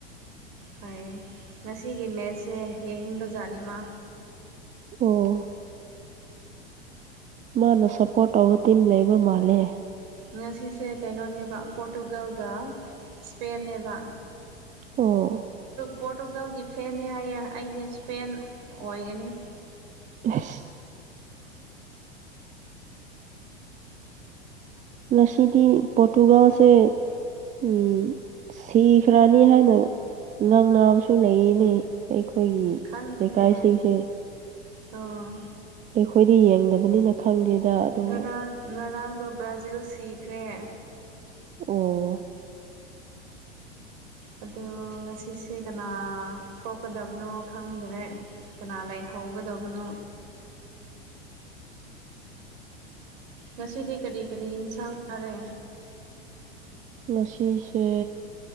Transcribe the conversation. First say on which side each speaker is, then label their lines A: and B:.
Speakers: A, on the right; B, on the right.
A: ꯐꯩ ꯉꯁꯤꯒꯤ ꯃꯦꯠꯁꯦ ꯌꯦꯡꯅꯤꯡꯕꯖꯥꯠꯅꯤ ꯃꯥ
B: ꯑꯣ ꯃꯥꯅ ꯁꯞꯄꯣꯔꯠ ꯇꯧꯕ ꯇꯤꯝ ꯂꯩꯕ ꯃꯥꯜꯂꯦ
A: ꯉꯁꯤꯁꯦ ꯀꯩꯅꯣꯅꯦꯕ ꯄꯣꯔꯇꯨꯒꯜꯒ ꯏꯁꯄꯦꯟꯅꯦꯕ
B: ꯑꯣ
A: ꯄꯣꯔꯇꯨꯒꯜꯒꯤ ꯐꯦꯅꯤ ꯍꯥꯏꯌꯦ ꯑꯩꯗꯤ ꯏꯁꯄꯦꯟ ꯑꯣꯏꯒꯅꯤ
B: ꯑꯁ ꯉꯁꯤꯗꯤ ꯕꯣꯔꯇꯣꯒꯥꯜꯁꯦ ꯎꯝ ꯁꯤꯈ꯭ꯔꯅꯤ ꯍꯥꯏꯅ ꯅꯪ ꯅꯥꯕꯁꯨ ꯂꯩꯔꯤꯅꯦ ꯑꯩꯈꯣꯏꯒꯤ
A: ꯈꯪꯗꯦꯅꯦ
B: ꯂꯩꯀꯥꯏꯁꯤꯡꯁꯦ
A: ꯑꯣ
B: ꯑꯩꯈꯣꯏꯗꯤ ꯌꯦꯡꯗꯕꯅꯤꯅ ꯈꯪꯗꯦꯗ ꯑꯗꯨꯕꯨ
A: ꯉꯔꯥꯡ ꯉꯔꯥꯡꯗꯣ ꯕ꯭ꯔꯥꯖꯤꯜ ꯁꯤꯈ꯭ꯔꯦ
B: ꯑꯣ
A: ꯑꯗꯣ ꯉꯁꯤꯁꯦ ꯀꯅꯥ ꯊꯣꯛꯀꯗꯕꯅꯣ ꯈꯪꯗ꯭ꯔꯦ ꯀꯅꯥ ꯂꯩꯍꯧꯒꯗꯕꯅꯣ ꯉꯁꯤꯗꯤ ꯀꯔꯤ ꯀꯔꯤ ꯌꯦꯟꯁꯥꯡ ꯅꯥꯔꯦ
B: ꯉꯁꯤꯁꯦ